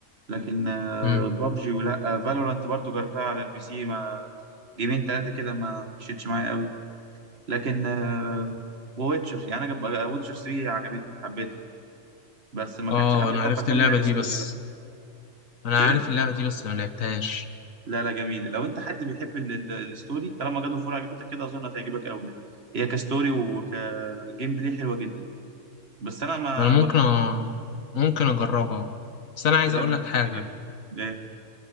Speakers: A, on the right (about 50°); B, on the left (about 80°).
A: لكن آه،
B: مم.
A: بابجي ولا فالورانت برضو جربتها على البي سي مع جيمين ثلاثه كده ما مشيتش معايا قوي لكن آه، وويتشر يعني انا ويتشر 3 عجبتني حبيتها بس ما
B: اه
A: كانش عندي
B: انا
A: طاقه
B: عرفت
A: اكمل
B: اللعبة دي
A: الستوري
B: بس
A: بقى
B: انا
A: إيه؟
B: عارف اللعبه دي بس ما لعبتهاش
A: لا لا جميلة لو انت حد بيحب ال- ال- الستوري طالما جاد اوف وور عجبتك كده اظن هتعجبك قوي يعني هي كستوري وكجيم بلاي حلوة جدا بس انا ما,
B: انا ممكن
A: ما...
B: أ... ممكن اجربها بس انا عايز
A: لا
B: اقول
A: لا
B: لك حاجه
A: تعجبك لا